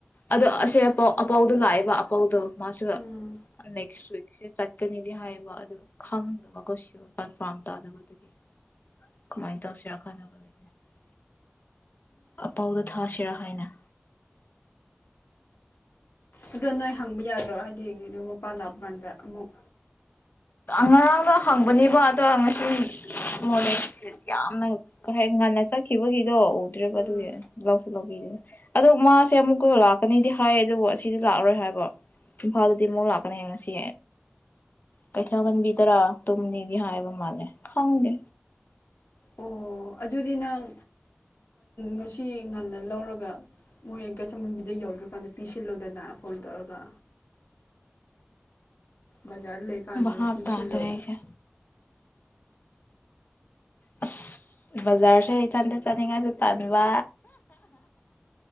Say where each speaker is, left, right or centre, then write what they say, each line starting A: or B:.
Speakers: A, on the left (about 45°); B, on the left (about 70°).
A: ꯑꯗꯣ ꯑꯁꯥꯎ ꯑꯄꯥꯎꯗꯣ ꯂꯥꯛꯑꯦꯕ ꯑꯄꯥꯎꯗꯣ ꯃꯥꯁꯨ
B: ꯎꯝ
A: ꯅꯦꯛꯁ ꯋꯤꯛꯁꯦ ꯆꯠꯀꯅꯤꯗꯤ ꯍꯥꯏꯕ ꯑꯗꯨ ꯈꯪꯗꯕꯀꯣ ꯁꯤꯌꯣꯔ ꯀꯟꯐꯥꯔꯝ ꯇꯥꯗꯕ ꯑꯗꯨꯒꯤ ꯀꯃꯥꯏ ꯇꯧꯁꯤꯔ <unintelligible> ꯑꯄꯥꯥꯎꯗ ꯊꯁꯤꯔꯥ ꯍꯥꯏꯅ
B: ꯑꯗꯣ ꯅꯣꯏ ꯍꯪꯕ ꯌꯥꯗ꯭ꯔꯣ ꯍꯥꯏꯗꯤ ꯀꯩꯅꯣ ꯃꯄꯥ ꯂꯥꯛꯄ ꯀꯥꯟꯗ ꯑꯃꯨꯛ
A: ꯉꯔꯥꯡꯅ ꯍꯪꯕꯅꯤꯕ ꯑꯗꯣ ꯉꯁꯤ ꯃꯣꯔꯦ ꯌꯥꯝꯅ ꯀꯩ ꯍꯥꯏ ꯉꯟꯅ ꯆꯠꯈꯤꯕꯒꯤ ꯗꯣ ꯎꯗ꯭ꯔꯦꯕ
B: ꯎꯝ
A: ꯑꯗꯨꯒꯤ ꯂꯧꯁꯨ ꯂꯧꯕꯤꯕꯅꯦ ꯑꯗꯣ ꯃꯥꯁꯦ ꯑꯃꯨꯛꯀ ꯂꯥꯛꯀꯅꯤꯗꯤ ꯍꯥꯏꯌꯦ ꯑꯗꯨꯕꯨ ꯑꯁꯤꯗꯤ ꯂꯥꯛꯑꯔꯣꯏ ꯍꯥꯏꯕ ꯏꯝꯐꯥꯜꯗꯗꯤ ꯑꯃꯨꯛ ꯂꯥꯛꯀꯅꯤ ꯉꯁꯤ ꯀꯩꯊꯥꯍꯟꯕꯤꯗꯔꯥ ꯇꯨꯝꯝꯅꯤꯗꯤ ꯍꯥꯏꯕ ꯃꯥꯜꯂꯦ ꯈꯪꯗꯦ
B: ꯑꯣ ꯑꯗꯨꯗꯤ ꯅꯪ ꯉꯁꯤ ꯉꯟꯅ ꯂꯧꯔꯒ ꯃꯣꯏ ꯀꯩꯊꯟ ꯃꯕꯤꯗ ꯌꯧꯗ꯭ꯔꯀꯥꯟꯗ ꯄꯤꯁꯤꯜꯂꯣꯗꯅ ꯐꯣꯟ ꯇꯧꯔꯒ ꯕꯖꯥꯔ ꯂꯩꯀꯥꯟꯗꯅ
A: ꯚꯥꯞ
B: ꯄꯤꯁꯤꯜꯂꯣ
A: ꯇꯥꯗ꯭ꯔꯦ ꯑꯩꯁꯦ ꯑꯁ ꯕꯖꯥꯔꯁꯦ ꯏꯊꯟꯗ ꯆꯥꯅꯤꯡꯉꯥꯏꯁꯨ ꯇꯥꯟꯕ